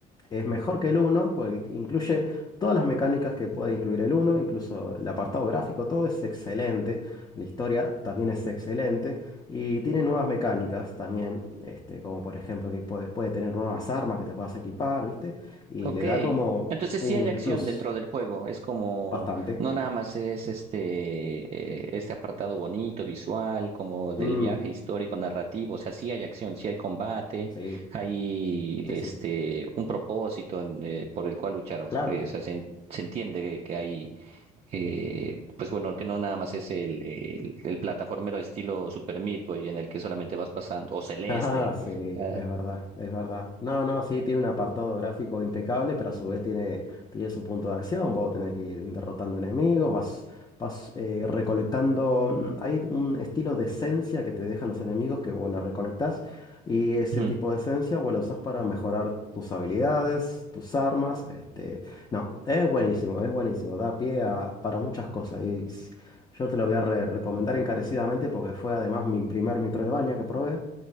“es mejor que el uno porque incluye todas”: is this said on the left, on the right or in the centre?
Left